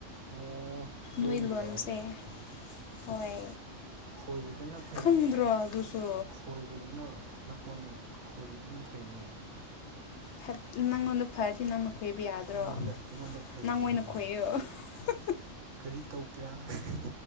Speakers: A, on the right (about 70°); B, on the left (about 65°).
A: ꯑꯣ ꯂꯣꯟꯒꯤꯔꯣ
B: ꯅꯣꯏ ꯂꯣꯟꯁꯦ
A: ꯍꯥꯏꯁꯦ
B: ꯍꯣꯏ
A: ꯈꯣꯏꯕꯗꯨꯅ ꯐꯩꯅꯦ
B: ꯈꯪꯗ꯭ꯔꯣ
A: ꯈꯣꯏ
B: ꯑꯗꯨꯁꯨ
A: ꯈꯣꯏ ꯈꯣꯏꯕꯗꯨꯅ ꯅꯥꯈꯣꯟ ꯈꯣꯏꯕꯗꯨꯅ ꯐꯩꯅꯦ
B: ꯐꯠ ꯅꯪꯉꯣꯟꯗ ꯐꯔꯗꯤ ꯅꯪꯅ ꯈꯣꯏꯕ ꯌꯥꯗ꯭ꯔꯣ
A: ꯑꯩꯉꯣꯟꯗ ꯑꯩꯉꯣꯟꯗ ꯐꯩ
B: ꯅꯪ ꯑꯣꯏꯅ ꯈꯣꯏꯌꯨ ꯑꯍꯥꯍꯥꯍꯥ
A: ꯀꯔꯤ ꯇꯧꯕ꯭ꯔꯥ ꯑꯍꯥꯍꯥ